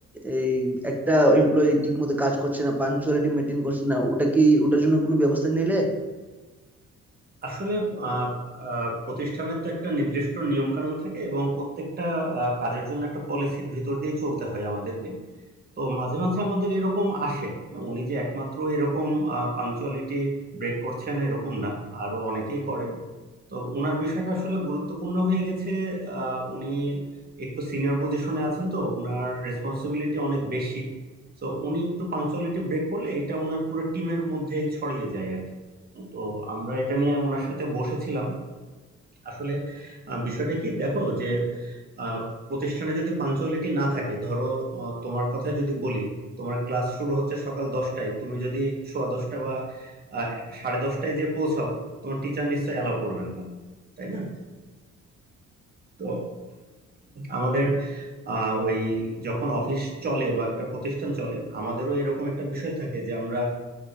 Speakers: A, in the centre; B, on the right.
A: এই একটা এমপ্লয়ি ঠিক মতো কাজ করছে না পাঞ্চুয়ালিটি মেনটেন করছে না ওটা কি ওটার জন্য কোনো ব্যবস্থা নিলে
B: আসলে আহ, আহ, প্রতিষ্ঠানের তো একটা নির্দিষ্ট নিয়ম কানুন থাকে এবং প্রত্যেকটা আহ, কাজের জন্য একটা পলিসির ভিতর দিয়ে চলতে হয় আমাদেরকে তো মাঝে মাঝে আমাদের এরকম আসে উনি যে একমাত্র এরকম পাংচুয়ালিটি ব্রেক করছেন এরকম না আরো অনেকেই করেন তো ওনার বিষয়টা আসলে গুরুত্বপূর্ণ হয়ে গেছে আহ, উনি একটু সিনিয়র পজিশনে আছেন তো ওনার রেসপন্সিবিলিটি অনেক বেশি তো উনি একটু পাংচুয়ালিটি ব্রেক করলে এটা ওনার পুরো টিমের মধ্যে ছড়িয়ে যায় আর কি তো আমরা এটা নিয়ে ওনার সাথে বসেছিলাম আসলে আহ, বিষয়টা কি দেখো যে আহ, প্রতিষ্ঠানে যদি পাঞ্চুয়ালিটি না থাকে ধরো আহ, তোমার কথাই যদি বলি তোমার ক্লাস শুরু হচ্ছে সকাল দশটায় তুমি যদি সোয়া দশটা বা আহ, সাড়ে দশটায় যে পৌঁছাও তোমার টিচার নিশ্চয়ই অ্যালাউ করবেন না তাই না তো আমাদের আহ, ওই যখন অফিস চলে বা একটা প্রতিষ্ঠান চলে আমাদেরও এরকম একটা বিষয় থাকে যে আমরা